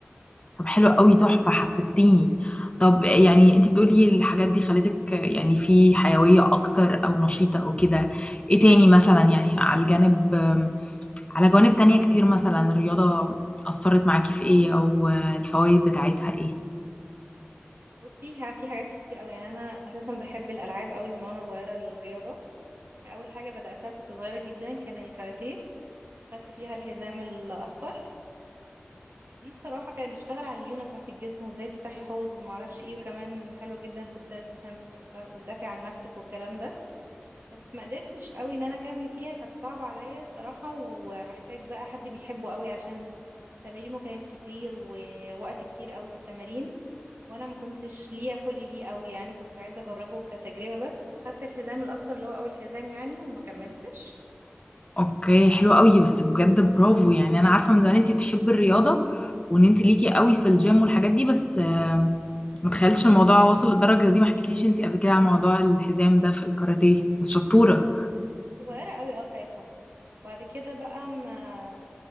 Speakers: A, on the left (about 25°); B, on the right (about 55°).
A: طب حلو قوي تحفة حفزتيني طب يعني انت بتقولي الحاجات دي خلتك يعني في حيوية اكتر او نشيطة او كده ايه تاني مثلا يعني على الجانب على جوانب تانية كتير مثلا الرياضة اثرت معاكي في ايه او الفوائد بتاعتها ايه
B: بصي ها- في حاجات كتير قوي يعني أنا أساسا بحب الألعاب قوي من وأنا صغيرة الرياضة أول حاجة بدأتها كنت صغيرة جدا كان الكاراتيه خدت فيها الحزام الاصفر دي الصراحه كان بيشتغل على الليونه بتاعه الجسم وازاي تفتحي حوض وما اعرفش ايه وكمان حلوه جدا في السيلف ديفense انك تسا- تدافعي عن نفسك والكلام ده بس ما قدرتش قوي ان انا اكمل فيها كانت صعبه عليا الصراحه ومحتاج بقى حد بيحبه قوي عشان تمارينه كانت كتير ووقت كتير قوي في التمارين وانا ما كنتش ليا خلق ليه قوي يعني كنت عايزه اجربه كتجربه بس فخدت الحزام الاصفر اللي هو اول حزام يعني وما كملتش
A: اوكي حلو قوي بس بجد برافو يعني انا عارفة من زمان انت تحبي الرياضة وان انت ليكي قوي في الجيم والحاجات دي بس آم، ما تخيلش الموضوع واصل للدرجة دي ما حكيتليش انت قبل كده عن موضوع الحزام ده في الكاراتيه بس شطورة
B: كنت صغيره قوي اه ساعتها بعد كده بقى ما